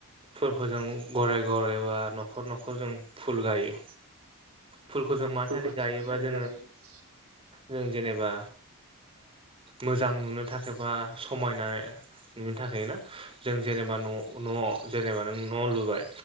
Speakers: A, on the right (about 25°); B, on the right (about 70°).
A: फोरखौ जों घरे घरे बा न'खर न'खर जों फुल गायो। फुलखौ जों मानि
B: फुलखौ
A: थाखाय गायोबा
B: मानि थाखाय
A: जोङो
B: गायोमोन
A: जों जेनेबा मोजां नुनो थाखाय बा समायना बिनि थाखाय ना जों जेनेबा न' न' जेनेबा नों न' लुबाय